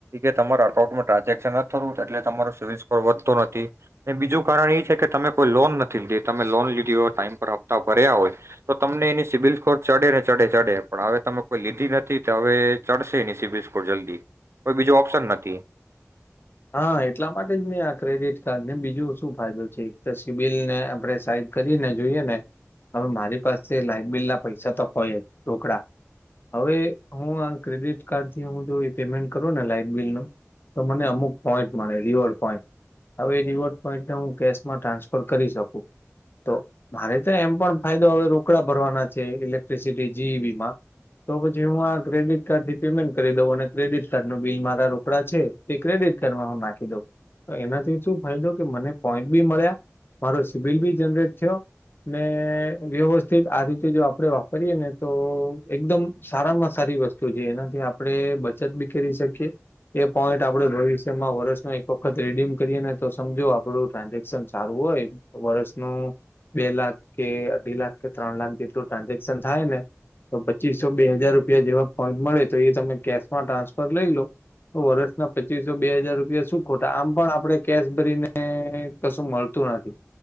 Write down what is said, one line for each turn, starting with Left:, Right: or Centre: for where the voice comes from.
Right: કે તમારા અકાઉન્ટમાં ટ્રાન્ઝેક્શન ન થતું એટલે તમારો સિવિલ સ્કોર વધતો નથી બીજું કારણ એ છે કે તમે કોઈ લોન નથી લીધે તમે લોન લીધી હોય ટાઈમ પર હપ્તા ભર્યા હોય તો તમને એની સિવિલ સ્કોર ચ ચડે ચડે પણ હવે તમે કોઈ લીધી નથી તો હવે ચડશે નીસી બિસ્કોટ જલ્દી કોઈ બીજું ઓપ્શન નથી.
Left: હા એટલા માટે જ મેં આ ક્રેડિટ કાર્ડ ને બીજું શું ફાયદો છે એક તો સિબિલને આપણે સાઈડ કરીને જોઈએ ને હવે મારી પાસે લાાઈટ બિલ ના પૈસા તો હોય જ રઢોકડા હવે હું આ ક્રેડિટ કાર્ડ થી હું જો પેમેન્ટ કરું ને લાાઈટ બિલ નું તો મને પોઈન્ટ મળ રિવોર્ડ પોઈન્ટ હવે એ રિવોર્ડ પોઈન્ટને હું કેશમાં ટ્રાન્સફર કરી શકું તો મારે તો એમ પણ ફાયદો હવે રોકડા ભરવાના છે ઇલેક્ટ્રિસિટી જીઈબીમાં તો પછી હું આ ક્રેડિટ કાર્ડ થી પેમેન્ટ કરી દઉં અને ક્રેડિટ કાર્ડ ન બિલ મારા રોકડા છે તે હું નાખી દઉં એનાથી શું ફાયદો કે મને પોઈન્ટ બી મળ્યા મારો સિબિલ બી જનરેટ થયો ને વ્યવસ્થિત આ રીતે જો આપડે વાપરીએ ને તો એકદમ સારામાં સારી વસ્તુ છે એનાથી આપણે બચત બી કરી શકીએ એ પોઈન્ટ આપણે ભવ માં વર્ષનો એક વખત રીડીમ કરીએ ને તો સમજો આપડું ટ્રાન્ઝેક્શન સારું હોય વર્ષનું બે લ કે અઢી લાખ કે ત્રણ લાખ લા ટ્રાન્ઝેક્શન થાય ને તો પચીસો બે હાજાર રૂપિયા જેવા પોઈન્ટ મળે તો એ તમે કેશમાં ટ્રાન્સફર લઈ લો તો વર્ષના પ બે હજાર રૂપિયા શું ખોટા આમ પણ આપણે કેશ ભરીને કશું મળતું નથી